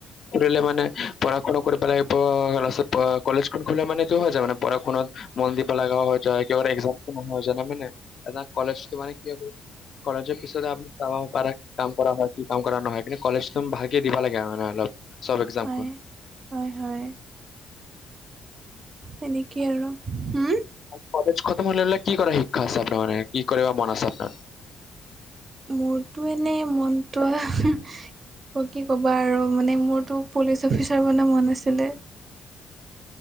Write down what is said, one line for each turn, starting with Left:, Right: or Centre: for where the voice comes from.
Left: খুলিলে মানে পঢ়া শুনা কৰিব লাগিব পাছত কলেজখন খুলিলে মানে এটো হৈ যাব মানে পঢ়া শুনা মন দি পেলাই লগ হৈ যায় কিয় এক্সাম টো হৈ যায় না মানে কলেজটো মানে কি হয়। কলেজৰ পিছতে আপনি চাব পাৰে কি কাম কৰা হয় কি কাম কৰা ন হয় কি কলেজ একদম ভালকে দিবা লাগে মানে অলপ চব, এক্সামবোৰ।
Right: হয় হয় হয় সেনেকেই আৰু হম,
Left: কলেজ খতম হ'লে হ'লে কি কৰা শিক্ষা আছে, আপোনাৰ মানে কি কৰিব মন আছে আপোনাৰ।
Right: মোৰতো এনেই, মনটোৱা ত, কি ক'বা আৰু মানে মোৰতো পুলিচ অফিচাৰ বনাৰ মন আছিলে।